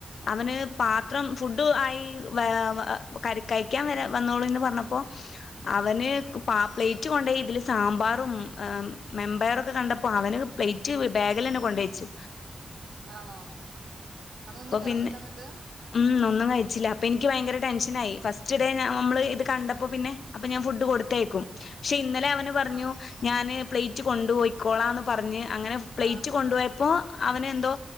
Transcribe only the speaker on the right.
ആണോ അതൊന്നും കഴിച്ചില്ല
എന്നിട്ട്
ആഹ്
ആഹ്